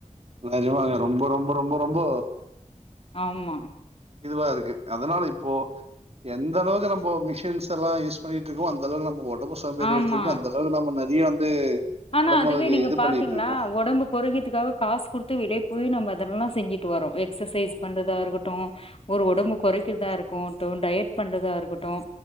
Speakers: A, on the right; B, on the left.
A: நெஜமாங்க ரொம்ப ரொம்ப ரொம்ப ரொம்போ
B: ஆமா
A: இதுவா இருக்கு அதனால இப்போ எந்த அளவுக்கு நம்ம மிஷன்ஸ் எல்லாம் யூஸ் பண்ணிட்டு இருக்கோம் அந்த அளவுக்கு நம்ம ஒ ரொம்ப சோம்பேறி
B: ஆமா
A: ஆயிட்டு இருக்கு அந்த அளவுக்கு நம்ம ந நீயும் வந்து
B: ஆனா
A: ஒடம்புக்கு
B: அதுவே நீங்க
A: இது
B: பாத்தீங்களா
A: பண்ணிட்டு இருக்கோ
B: ஒடம்பு கொறக்கிதுக்காக காசு குடுத்து வெளிய போய் நம்ம அதெல்லாம் செஞ்சுட்டு வரம் எக்சசைஸ் பண்றதா இருக்குட்டும் ஒரு ஒடம்பு கொறக்கிறதா இருக்கும்ட்டும் டயட் பண்றதா இருக்குட்டும்